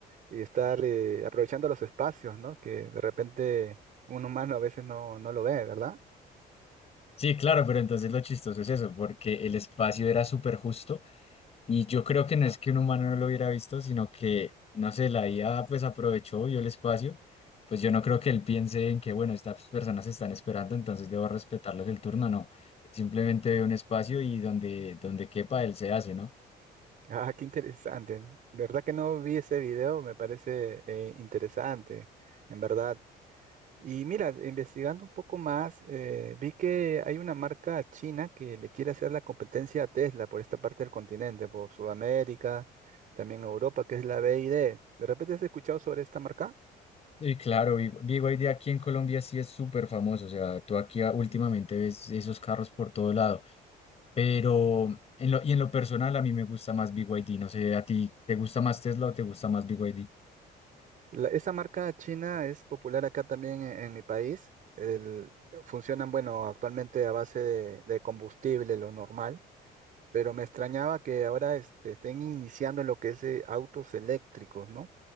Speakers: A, on the right; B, on the left.
A: y estar eh, aprovechando los espacios, ¿no? Que de repente un humano a veces no, no lo ve, ¿verdad?
B: Sí, claro, pero entonces lo chistoso es eso, porque el espacio era súper justo y yo creo que no es que un humano no lo hubiera visto, sino que, no sé, la IA pues aprovechó, vio el espacio, pues yo no creo que él piense en que, bueno, estas personas están esperando, entonces debo respetarles el turno, no, simplemente ve un espacio y donde, donde quepa él se hace, ¿no?
A: Ah, qué interesante. ¿Verdad que no vi ese video? Me parece eh, interesante. En verdad, Y mira, investigando un poco más, eh, vi que hay una marca china que le quiere hacer la competencia a Tesla por esta parte del continente, por Sudamérica, también Europa, que es la BYD. ¿De repente has escuchado sobre esta marca?
B: Sí, claro, Big Big Y D aquí en Colombia sí es súper famoso, o sea, tú aquí a- últimamente ves esos carros por todo lado, pero en lo, y en lo personal a mí me gusta más Big Y D. no sé, a ti, ¿te gusta más Tesla o te gusta más Big Y D.
A: La- esa marca china es popular acá también en, en mi país. El- funcionan, bueno, actualmente a base de, de combustible, lo normal. Pero me extrañaba que ahora este, estén iniciando lo que es eh, autos eléctricos, ¿no?